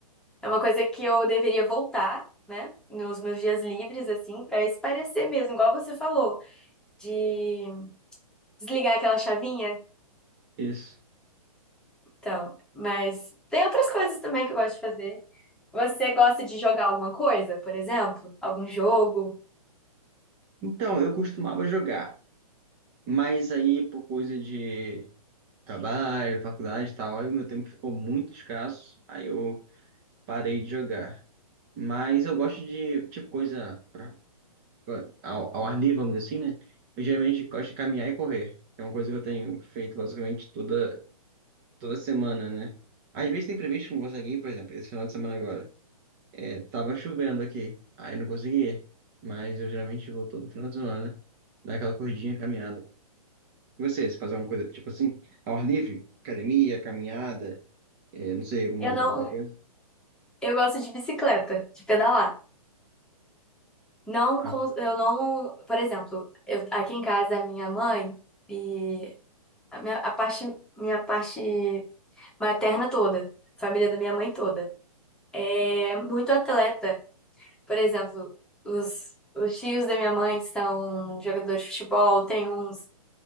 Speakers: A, in the centre; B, on the right.
A: é uma coisa que eu deveria voltar. Né? Nos meus dias livres, assim, para espairecer mesmo, igual você falou, de desligar aquela chavinha
B: Isso.
A: Então, mas tem outras coisas também que eu gosto de fazer. Você gosta de jogar alguma coisa, por exemplo? Algum jogo?
B: Então, eu costumava jogar, mas aí por coisa de trabalho, faculdade e tal, aí o meu tempo ficou muito escasso, aí eu parei de jogar. Mas eu gosto de, tipo, coisa pra ao, ao ar livre, vamos dizer assim, né? Eu geralmente gosto de caminhar e correr. É uma coisa que eu tenho feito basicamente toda, toda semana, né? Às vezes tem previsto que eu não consegui ir, por exemplo, esse final de semana agora. É, tava chovendo aqui, aí eu não consegui ir. Mas eu geralmente vou todo final de semana, dar aquela corridinha, caminhada. E Você, se fazer uma coisa tipo assim, ao ar livre, academia, caminhada, é, não sei, alguma
A: Eu não,
B: outra coisa.
A: eu gosto de bicicleta, de pedalar. Não,
B: Ah,
A: cons- eu não, por exemplo, eu, aqui em casa a minha mãe e a minha a parte, minha parte materna toda, família da minha mãe toda, é muito atleta. Por exemplo, os, os tios da minha mãe são jogadores de futebol, tem uns